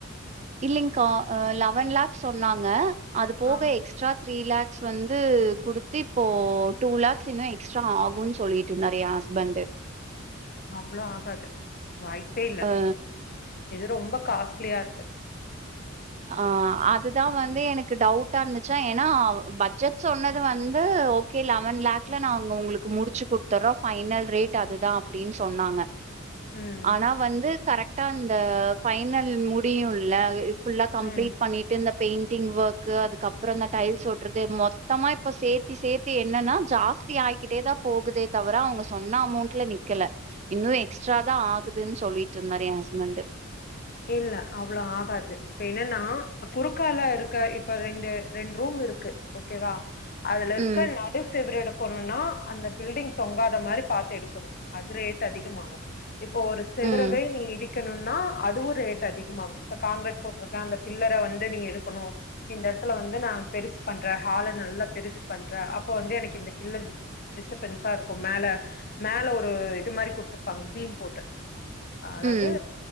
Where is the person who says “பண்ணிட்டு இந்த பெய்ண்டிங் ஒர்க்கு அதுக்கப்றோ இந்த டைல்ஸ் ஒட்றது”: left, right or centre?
Right